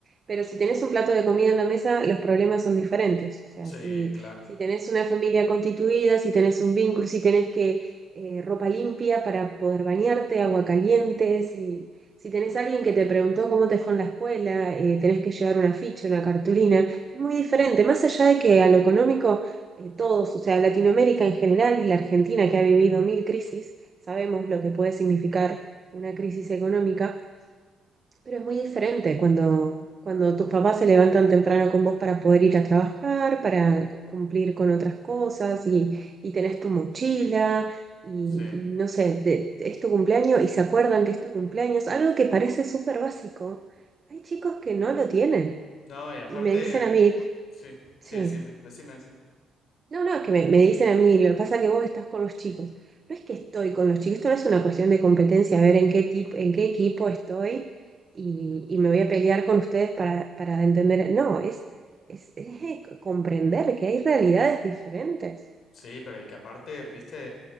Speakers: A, on the right; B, on the left.
A: Pero si tenés un plato de comida en la mesa, los problemas son diferentes. O sea,
B: sí,
A: si,
B: claro,
A: si tenés una familia constituida, si tenés un vínculo, si tenés que eh, ropa limpia para poder bañarte, agua caliente, si, si tenés alguien que te preguntó cómo te fue en la escuela, eh, tenés que llevar una ficha, una cartulina. Es muy diferente, más allá de que a lo económico, eh, todos, o sea, Latinoamérica en general y la Argentina que ha vivido mil crisis, sabemos lo que puede significar una crisis económica, pero es muy diferente cuando, cuando tus papás se levantan temprano con vos para poder ir a trabajar, para cumplir con otras cosas y, y tenés tu mochila. Y,
B: sí.
A: y no sé, te- es tu cumpleaños y se acuerdan que es tu cumpleaños, algo que parece súper básico. Hay chicos que no lo tienen
B: No, y aparte,
A: y me dicen a mí,
B: sí,
A: sí.
B: sí, decime, decime, decime.
A: No, no, es que me, me dicen a mí, lo que pasa es que vos estás con los chicos. No es que estoy con los chicos, esto no es una cuestión de competencia, a ver en qué tipo, en qué equipo estoy y, y me voy a pelear con ustedes para, para entender. No, es, es, es, eh, comprender que hay realidades diferentes.
B: Sí, pero y que aparte, viste,